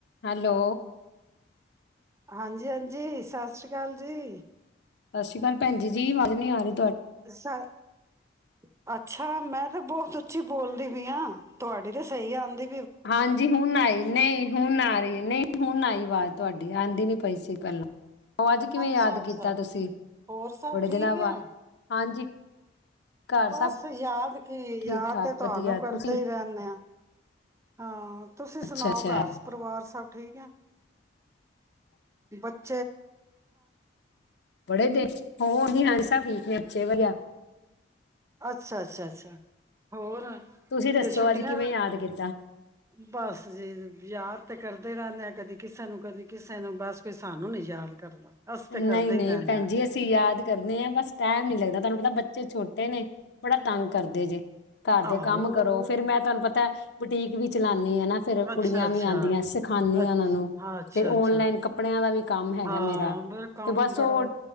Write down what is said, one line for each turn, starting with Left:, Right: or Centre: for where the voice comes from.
Left: ਹੈਲੋ
Right: ਹਾਂਜੀ ਹਾਂਜੀ ਸਤਿ ਸ੍ਰੀ ਕਾਲ ਜੀ
Left: ਸਤਿ ਸ੍ਰੀ ਅਕਾਲ ਭੈਣਜੀ ਜੀ ਵਾਜ ਨੀ ਆ ਰੀ
Right: ਸ <inaudible> ਅੱਛਾ ਮੈਂ ਤੇ ਬਹੁਤ ਉੱਚੀ ਬੋਲਦੀ ਪੀਆ ਤੁਹਾਡੀ ਤੇ ਸਹੀ ਆਂਦੀ
Left: ਹਾਂਜੀ ਹੁਨ ਆਏ ਨਹੀਂ ਹੁਨ ਆ ਰਹੀ ਨਹੀਂ ਹੁਨ ਆਈ ਆਵਾਜ਼ ਤੁਹਾਡੀ ਆਂਦੀ ਨੀ ਪਈ ਸੀ ਪਹਿਲਾਂ ਉਹ ਅੱਜ ਕਿਵੇਂ
Right: ਅੱਛਾ-ਅੱਛਾ
Left: ਯਾਦ ਕੀਤਾ ਤੁਸੀਂ
Right: ਹੋਰ ਸਭ
Left: ਬੜੇ
Right: ਠੀਕ
Left: ਦਿਨਾਂ
Right: ਹੈ।
Left: ਬਾਅਦ ਹਾਂਜੀ ਘਰ
Right: ਬਸ
Left: ਸਭ
Right: ਯਾਦ ਕੀ
Left: ਠੀਕ
Right: ਯਾਦ
Left: ਠਾਕ
Right: ਤੇ ਤੁਹਾਨੂੰ
Left: ਵਧੀਆ
Right: ਕਰਦੇ
Left: ਤੁਸੀਂ
Right: ਈ ਰਹਿੰਨੇ ਆ ਹਾਂ ਤੁਸੀਂ
Left: ਅੱਛਾ
Right: ਸੁਨਾਓ
Left: ਅੱਛਾ
Right: ਘਰ ਪਰਿਵਾਰ ਸਭ ਠੀਕ ਏ ਬੱਚ
Left: ਬੜੇ ਦਿਨ ਹੋਦੀ ਹਣੀ ਸਭ ਠੀਕ ਮਿਰਚੇ ਵਗ <inaudible>
Right: ਅੱਛਾ ਅੱਛ ਅੱਛ ਹੋਰ
Left: ਤੁਸੀਂ ਦੱਸੋ
Right: ਜੇ ਛੁੱਟੀਆਂ
Left: ਅੱਜ ਕਿਵੇਂ ਯਾਦ ਕੀਤਾ।
Right: ਬਸ ਜੇ ਯਾਦ ਤੇ ਕਰਦੇ ਕਰਦੇ ਰਹਿੰਦੇ ਆ। ਕਦੀ ਕਿਸੇ ਨੂੰ ਕਦੀ ਕਿਸੇ ਨੂੰ ਬਸ ਕੋਈ ਸਾਨੂੰ ਨੀ ਯਾਦ ਕਰਦਾ। ਅਸੀਂ ਤੇ
Left: ਨਹੀਂ,
Right: ਕਰਦੇ
Left: ਨਹੀਂ।
Right: ਹੀ ਰਹਿੰਦੇ
Left: ਭੈਨ
Right: ਹਾਂ
Left: ਜੀ। ਅਸੀਂ ਯਾਦ ਕਰਨੇ ਆ। ਬਸ ਟਾਈਮ ਨੀ ਲੱਗਦਾ ਤੁਹਾਨੂੰ ਪਤਾ--ਬ ਬੱਚੇ ਛੋਟੇ ਨੇ ਬੜਾ ਤੰਗ ਕਰਦੇ ਜੇ। ਘਰ ਦੇ
Right: ਆਹੋ
Left: ਕੰਮ ਕਰੋ ਫੇਰ ਮੈਂ ਤੁਹਾਨੂੰ ਪਤ ਤਾਂ ਬੁਟੀਕ ਵੀ ਚਲਾ--ਤ ਨੀ ਆ। ਫੇਰ ਕੁੜੀਆਂ
Right: ਅੱਛਾ ਅੱਛਾ
Left: ਵੀ ਆਉਂਦੀਆਂ। ਸਿਖਾਨੀ
Right: ਅੱਛ
Left: ਆ ਉਹਨਾਂ ਨੂੰ।
Right: ਹਾਂ ਅੱਛਾ
Left: ਫਿਰ ਓਨਲਾਈਨ
Right: ਅੱਛਾ
Left: ਕੱਪੜਿਆਂ ਦਾ ਵੀ ਕੰਮ ਹੈਗਾ
Right: ਹਾਂ
Left: ਮੇਰਾ।
Right: ਬ ਕੰਮ
Left: ਤੇ ਬਸ
Right: ਬੜਾ
Left: ਉਹ